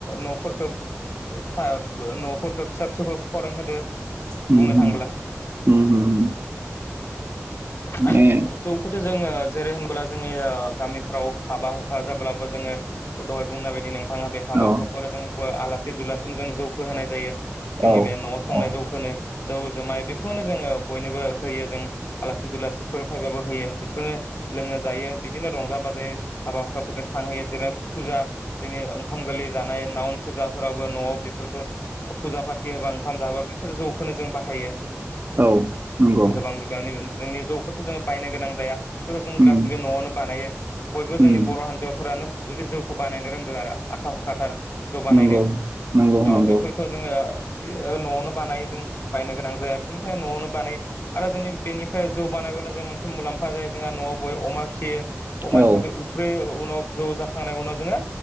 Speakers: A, on the left; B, on the right.
A: न'फोरखौ ओ थाब ओ न'फोरखौ फिसा फिसौबाबो फोरों होदो
B: उम
A: बुंनो थांब्ला।
B: उम उम उम। माने
A: आरो जौखौथ' जोङो जेरै होनबोला जोंनि ओ गामिफ्राव हाबा हुखा जाब्लाबो जोङो ओ दहाय बुंनाय बायदि नोंथाङा बे हाबा
B: औ
A: हुखाफोर जोंबो आलासि दुलासिनो जों जौखोहोनाय जायो। जोंनि
B: औ
A: बे न'आव संनाय
B: औ उम
A: जौखौनो। जौ जुमाय बेखौनो जोङो बयनोबो होयो जों आलासि दुलासिफोर फैबाबो होयो बेफोरो लोङो जायो बिदिनो रंजा बाजायै हाबा हुखाफोरखौ थांहोयो जेरै फुजा जोंनि ओंखाम गोल लै जानाय नाउन फुजाफोरावबो न'आव बेफोरखौ ओ फुजा पाथि होबा ओंखाम जाहोबा बेफोर जौ खौनो जों बाहायो।
B: औ। नंगौ
A: गोबां बिबांनि ओ जोंनि जौखौथ' जोङो बायनो गोनां जाया बेफोर जों
B: उम
A: गासिबो न'आवनो बानायो। बय बो जोंनि
B: उम
A: बर' हान्जावफोरानो जौखौ बानायनो रोंगो आरो आखा फाखाथार जौ बानायनो
B: नंगौ नंगौ
A: औ
B: नंगौ
A: बेफोरखौ जोङो ओ न'आवनो बानायो जों बायनो गोनां जाया बेनिखायनो न'आवनो बानाय आरो जोंनि बेनिफ्राय जौ बानायबाब्ला जों मोनसे मुलाम्फा जायो जोंहा न'आव बय अमा फियो अमानि
B: औ
A: थाबाय उफ्रि उ उनाव जौ जाखांनाय उनाव जोङो